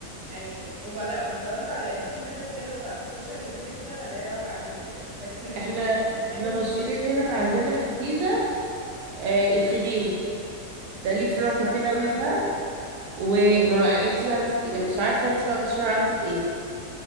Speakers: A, in the centre; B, on the right (about 75°).
A: ايوه وبقى لا وبصراحه يعني في حتت كده بتاعت كشري وكبده لا يعلى عليهم يعني تحسي ان انتي
B: احنا
A: هتروحي
B: احنا
A: لهم بالاسم
B: مشهورين هنا
A: كمان
B: عندنا في الجيزة آه الخديوي ده ليه فروع
A: ما سمعتش
B: كتير قوي
A: عنه
B: بقى وما انت بقى مسك... مش عارفة انت بقى مشهورة عندك ايه